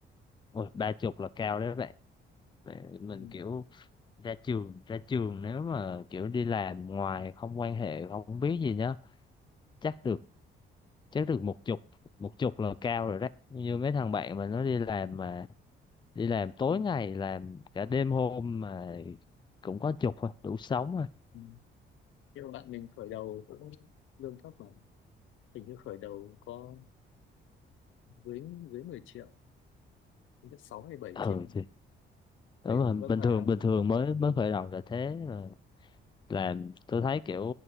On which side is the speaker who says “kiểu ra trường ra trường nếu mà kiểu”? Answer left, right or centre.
Left